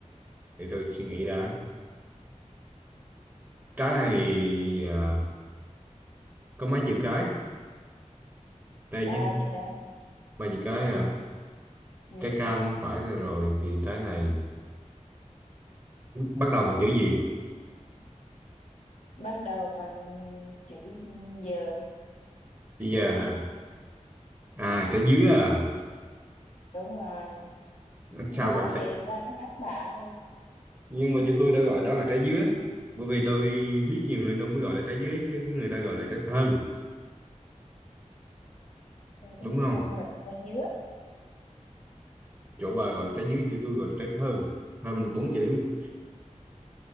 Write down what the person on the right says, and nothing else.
để tôi suy nghĩ đã trái này à, có mấy chữ cái đây
nhé
ba chữ cái à
trái cam không phải là rồi thì trái này bắt đầu bằng chữ gì
bây giờ hả à trái dứa à
sao
gọi trái...
nhưng mà chữ tôi đã gọi đó là trái dứa bởi vì tôi biết nhiều nên tôi mới gọi là trái dứa chứ người ta gọi là trái thơm
đúng
không
chỗ bà gọi là trái dứa chỗ tôi gọi là trái thơm thơm là bốn chữ